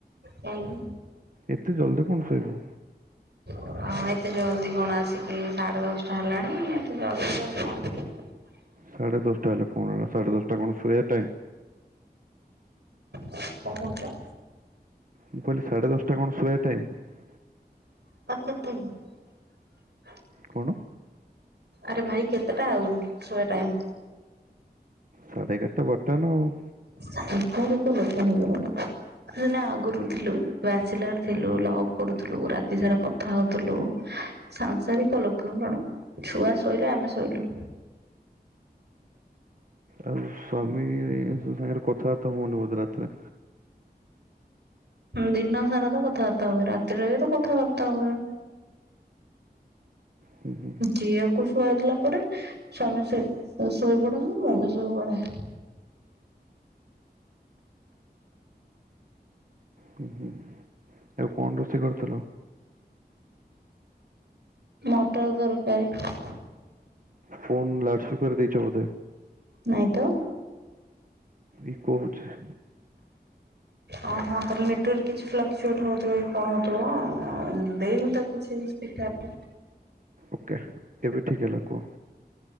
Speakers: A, on the right (about 90°); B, on the right (about 55°).
A: କାଇଁ?
B: ଏତେ ଜଲଦି କଣ ଶୋଇବ?
A: ହଁ ଏତେ ଜଲ୍ଦି କଣ ଆସିକି ସାଢେ <unintelligible>
B: ସାଢେ ଦଶଟା ହେଲେ କଣ ହେଲା ସାଢେ ଦଶଟା କଣ ସୋଇବା ଟାଇମ୍?
A: କଣ କହୁଛ?
B: ମୁଁ କହିଲି ସାଢେ ଦଶଟା କଣ ଶୋଇବା ଟାଇମ?
A: <unintelligible>
B: କଣ?
A: ଆରେ ଭାଇ କେତେଟା ଆଉ? ଶହେ ଟାଇମ।
B: ସାଢ଼େ ଏଗାରଟା ବାରଟା ନା ଆଉ।
A: ସାଂସାରିକ ଲୋକେ ଆଗରୁ ଥିଲୁ ବ୍ୟଚଲର ଥିଲୁ ଲଭ କରୁଥିଲୁ ରାତି ସାରା କଥା ହଉଥିଲୁ ସାଂସାରିକ ଲୋକ ହେଲଣୁ ଛୁଆ ଶୋଇଲେ ଆମେ ଶୋଇଲୁ।
B: ଆଉ ସ୍ଵାମୀ ଙ୍କ ସାଙ୍ଗରେ କଥାବାର୍ତ୍ତା ହୁଅନି ବୋଧେ ରାତିରେ?
A: ଦିନ ସାରା ତ କଥା ବାର୍ତ୍ତା ହଏ ରାତିରେବିତ କଥା ବାର୍ତ୍ତା ହଏ।
B: ହୁଁ ହୁଁ
A: ଝିଅକୁ ଶୁଆଇଦେଲା ସ୍ୱାମୀ ଶୋଇ ପଡନ୍ତି ମୁ ବିି ଶୋଇ ପଡ଼େ।
B: ହଁ ହୁଁ ଆଉ କଣ ରୋଷେଇ କରିଥିଲ?
A: ମଟର ତରକାରୀ।
B: ଫୋନ ଲାଉଡସ୍ପୀିକର ଦେଇଛ ବୋଧେ?
A: ନାଇଁ ତ।
B: ଇକୋ ହଉଛି।
A: ଓ ହଁ ତାହେଲେ ନେଟୱାର୍କ କିଛି ଫ୍ଲାକ୍ଚୁଏଟ ହଉଥିବ କି କଣ ହଉଥିବ ଦେଇନି ତ କିଛି ସ୍ପିକର
B: ଓକେ କେବେ ଠିକ୍ ହେଲା କୁହ।